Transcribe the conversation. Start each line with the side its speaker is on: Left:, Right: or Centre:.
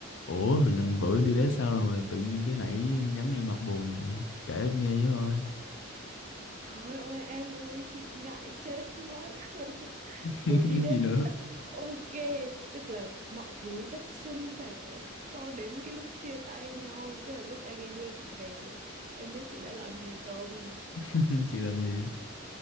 Left: Ủa, hình anh bữa đi đế sao rồi mà tự nhiên cái nãy nhắn em mặt buồn vậy? Kể em nghe với coi.
Right: thôi ơi em ơi chị ngại chết mất <laughs>
Left: <laughs>
Right: Buổi đi date
Left: Gì nữa?
Right: rất ok Tức là mọi thứ rất suôn sẻ Cho đến cái lúc chia tay nhau Tức là lúc anh ấy đưa chị về Em biết chị đã làm gì không
Left: <laughs> Chị làm gì?